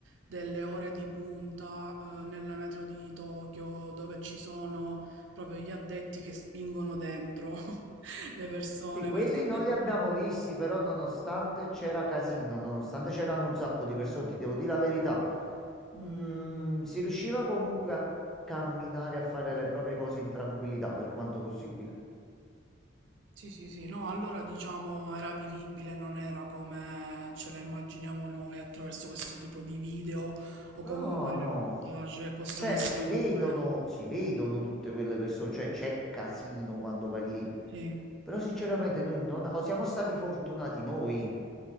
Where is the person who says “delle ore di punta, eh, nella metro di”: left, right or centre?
Right